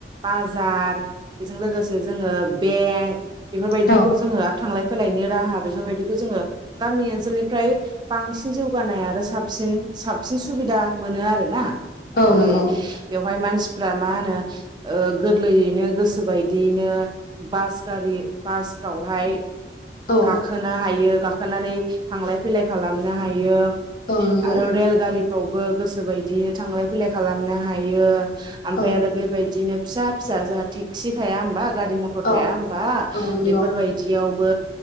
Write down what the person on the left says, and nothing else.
औ
औ
नंगौ
औ
औ नंगौ
औ
औ
औ नंगौ